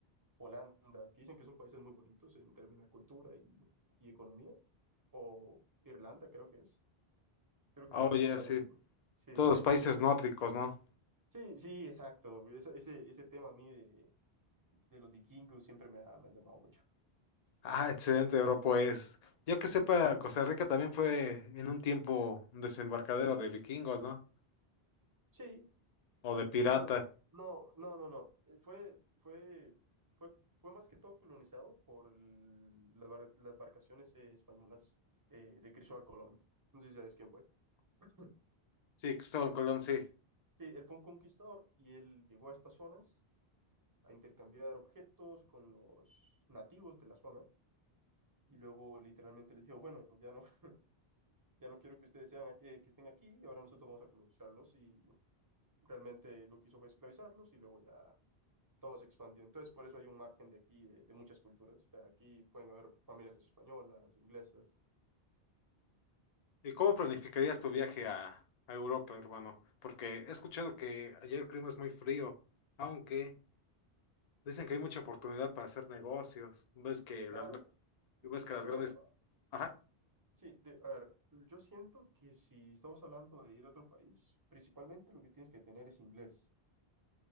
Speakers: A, on the right; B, on the left.
A: Holanda, que dicen que son países muy bonitos en términos de cultura y, y economía, o Irlanda, creo que es. Creo que
B: Oye,
A: son países muy...
B: sí.
A: Sí,
B: Todos
A: sí.
B: los países nórdicos, ¿no?
A: Sí, sí, exacto. Ese, ese, ese tema a mí de, de los vikingos siempre me ha, me ha llamado mucho.
B: Ah, excelente, bro. Pues yo que sepa, Costa Rica también fue en un tiempo un desembarcadero de vikingos, ¿no?
A: Sí,
B: O de piratas.
A: Pero no, no, no, no. Eh, Fue, fue, fue, fue más que todo colonizado por el- las bar- las embarcaciones eh, españolas eh, de Cristóbal Colón. No sé si sabes quién fue. <clears throat>
B: Sí, Cristóbal Colón, sí.
A: Sí, él fue un conquistador y él llegó a estas zonas a intercambiar objetos con los nativos de la zona y luego literalmente les dijo, bueno, ya no, <laughs> ya no quiero que ustedes sean aquí- que estén aquí, ahora nosotros vamos a colonizarlos y realmente lo que hizo fue esclavizarlos y luego ya todo se expandió. Entonces, por eso hay un margen de aquí, de, de muchas culturas. O sea, aquí pueden haber familias españolas, inglesas.
B: ¿Y cómo planificarías tu viaje a, a Europa, hermano? Porque he escuchado que allá el clima es muy frío, aunque dicen que hay mucha oportunidad para hacer negocios. Ves que
A: Claro,
B: las, gra-
A: yo,
B: ves que las
A: pero
B: grandes... Ajá,
A: sí, de- a ver, yo siento que si estamos hablando de ir a otro país, principalmente lo que tienes que tener es inglés.